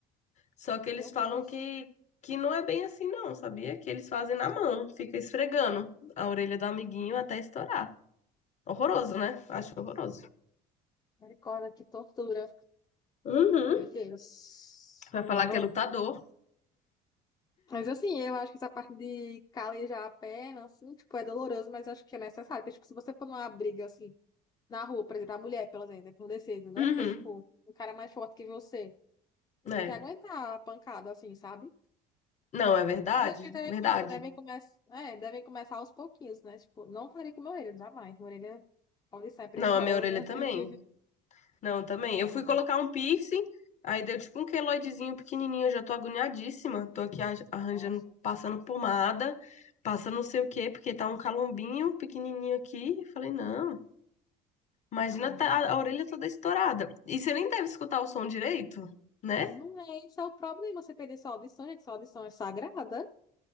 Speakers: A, on the left; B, on the left.
A: Só que eles
B: Meu
A: falam
B: Deus.
A: que, que não é bem assim, não, sabia? Que eles fazem na mão, fica esfregando a orelha do amiguinho até estourar. Horroroso, né? Acho horroroso.
B: Misericórdia, que tortura.
A: Uhum.
B: Meu Deus.
A: Vai
B: Não.
A: falar que é lutador.
B: Mas assim, eu acho que essa parte de calejar a perna, assim, tipo, é doloroso, mas acho que é necessário. Porque, tipo, se você for numa briga, assim, na rua, por exemplo, a mulher, pelo exemplo, não decide, né?
A: Uhum.
B: Porque, tipo, um cara mais forte que você. Tem
A: É.
B: que aguentar a pancada, assim, sabe?
A: Não, é verdade?
B: Mas acho que também
A: Verdade.
B: com- devem começar, é, devem começar aos pouquinhos, né? Tipo, não parei com meu orelha, jamais. Minha orelha, a audição é preciosa.
A: Não, a minha orelha também.
B: <laughs>
A: Não, também.
B: Preciosa.
A: Eu fui colocar um piercing, aí deu tipo um queloidezinho pequenininho. Eu já tô agoniadíssima. Tô aqui arran- arranjando,
B: Nossa,
A: passando pomada, passando não sei o quê, porque tá um calombinho pequenininho aqui. Eu falei, não, imagina
B: imagem.
A: tá- a, a orelha toda estourada. E você nem deve escutar o som direito, né?
B: Não é, esse é o problema, você perder sua audição, gente. Sua audição é sagrada.